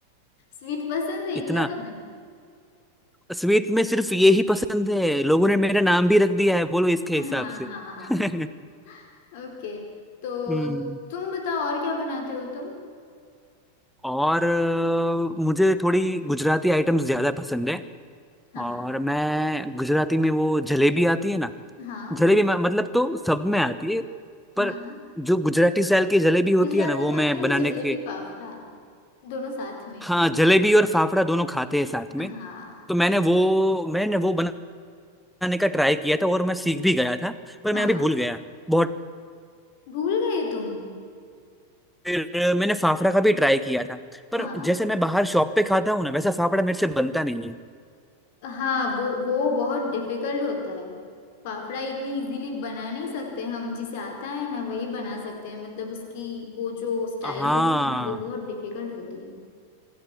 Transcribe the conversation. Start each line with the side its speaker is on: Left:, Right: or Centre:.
Left: स्वीट पसंद है
Centre: <laughs> इतना
Left: इतना तुम्हें
Centre: स्वीट में सिर्फ ये ही पसंद है लोगों ने मेरा नाम भी रख दिया है बोलो इसके
Left: हाँ
Centre: हिसाब से
Left: हाँ हाँ
Centre: <laughs>
Left: ओके तो
Centre: हम्म
Left: तुम बताओ और क्या बनाते हो तुम
Centre: और अ, मुझे थोड़ी गुजराती आइटम्स ज़्यादा पसंद है
Left: हाँ
Centre: और मैं गुजराती में वो जलेबी आती है ना
Left: हाँ
Centre: जलेबी म- मतलब तो सब में आती है
Left: हाँ
Centre: पर जो गुजराती स्टाइल की जलेबी होती
Left: गुजराती
Centre: है ना वो
Left: में
Centre: मैं
Left: आता है
Centre: बनाने
Left: जलेबी
Centre: के
Left: फाफड़ा दोनों साथ में
Centre: हाँ जलेबी और फाफड़ा दोनों खाते हैं साथ में
Left: हाँ
Centre: तो मैंने वो मैंने वो बनाने का ट्राई किया था और मैं सीख भी गया था पर
Left: हाँ
Centre: मैं अभी भूल गया बहुत
Left: भूल गए तुम
Centre: फिर मैंने फाफड़ा का भी ट्राई किया था पर
Left: हाँ
Centre: जैसे मैं बाहर शॉप पे खाता हूँ ना वैसा फाफड़ा मेरे से बनता नहीं है
Left: हाँ वो वो बहुत डिफिकल्ट होता है फाफड़ा इतनी इजीली बना नहीं सकते हम जिसे आता है ना वही बना सकते हैं मतलब उसकी वो जो स्टाइल
Centre: हाँ
Left: होती है ना वो बहुत डिफिकल्ट होती है